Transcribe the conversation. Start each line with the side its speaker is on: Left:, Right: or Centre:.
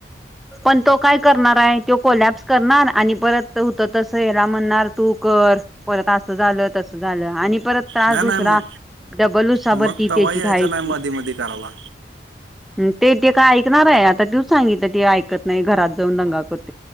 Centre: पण तो काय करणार आहे तो कोल्यब्स करणार आणि परत होत तस याला म्हणणार तू, कर परत असं झालं तसं झालं आणि परत त्रास
Right: नाही
Centre: दुसरा
Right: नाही मग
Centre: डबल उसबती
Right: मग तवा
Centre: त्याची
Right: यायचं
Centre: धायस
Right: नाही
Centre: की
Right: मध्ये मध्ये करायला
Centre: हम्म ते ते काय ऐकणार आहे आता तूच, सांगितलं ते ऐकत नाही घरात जाऊन दंगा करत